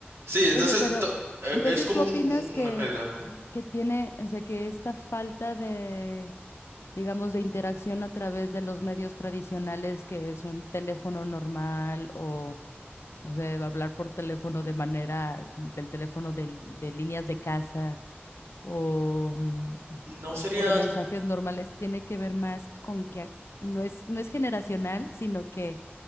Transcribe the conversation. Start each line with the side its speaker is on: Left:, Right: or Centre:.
Right: sí, entonces
Left: Oye, pero
Right: to- e-
Left: entonces
Right: es como
Left: tú opinas
Right: un- un- una
Left: que,
Right: calidad. ujú.
Left: que tiene, o sea, que esta falta de, digamos, de interacción a través de los medios tradicionales, que es un teléfono normal o, o sea, hablar por teléfono de manera, del teléfono de, de líneas de casa o, mm,
Right: No
Left: o,
Right: sería
Left: o de mensajes normales, tiene que ver más con que no es, no es generacional, sino que